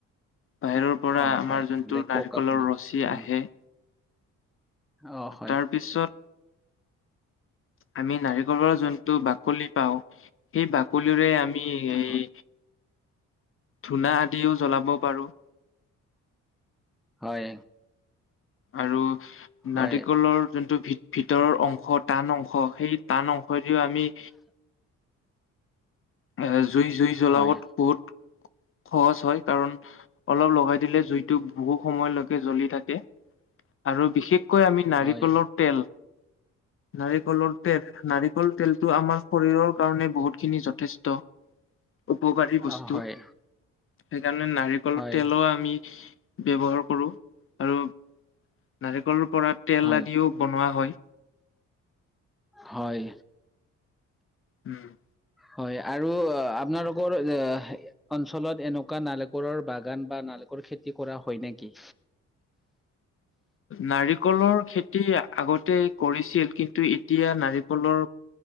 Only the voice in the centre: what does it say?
অ',
হয়
দে
কওক আপুনি
উম,
অ', হয়,
হয়,
হয়।
হয়,
হয়,
হয়,
অ', হয়,
হয়,
হয়,
হয়।
হয় আৰু আপোনালোকৰ এ অঞ্চলত এনেকুৱা নাৰিকলৰ বাগান বা নাৰিকলৰ খেতি কৰা হয় নেকি?